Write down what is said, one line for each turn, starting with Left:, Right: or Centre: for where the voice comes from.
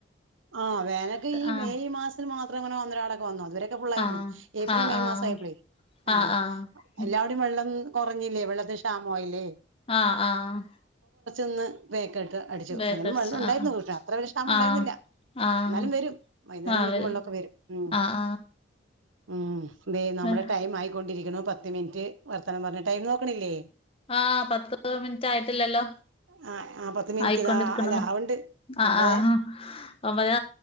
Right: ആ വേനക്കെ ഈ
Left: ആഹ്
Right: മെയ് മാസത്തിൽ മാത്രം ങ്ങനെ ഒന്നരാടം ഒക്കെ വന്നു അതുവരൊക്കെ ഫുള്ളയിരുന്നു
Left: ആഹ്
Right: ഏപ്രിൽ
Left: ആഹ്
Right: മെയ്
Left: ആഹ്
Right: മാസം ആയപ്പളേ ആ
Left: ആഹ് ആഹ്
Right: എല്ലാവടേം വെള്ളം കൊറഞ്ഞില്ലേ വെള്ളത്തിന് ക്ഷാമോയില്ലേ
Left: ആഹ ആഹ്
Right: ഒന്ന് ബേക്കോട്ട് അടിച്ചു
Left: ബേക്കടിച്ച
Right: എന്നാലും വെള്ളം ഉണ്ടായിരുന്നു
Left: ആഹ്
Right: ക്ഷ അത്ര വല്യ ക്ഷാമം ഉണ്ടായിരുന്നില്ല
Left: ആഹ് ആഹ്
Right: എന്നാലും വരും വൈന്നേരം
Left: ആഹ്
Right: ആകുമ്പളെക്കും
Left: വരൽ
Right: വെള്ളൊക്കെ വരും ഉ
Left: ആഹ്
Right: ഉം തെ നമ്മടെ
Left: ആഹ്
Right: ടൈം ആയിക്കൊണ്ടിരിക്കുണു പത്ത് മിൻറ്റ് വർത്താനം പറഞ്ഞ ടൈംന്നോക്ക്ണില്ലേ
Left: ആഹ പത്ത്പ്പ മിൻറ്റ് ആയിട്ടില്ലല്ലോ
Right: ആ ആ പത്ത് മിനിറ്റ്
Left: ആയിക്കൊണ്ടിരിക്കുന്നുള്ളു
Right: ഇതാ അല്ല ആവണ്ട്
Left: ആ
Right: ഒമ്പത്
Left: ആ ഒമ്പതെ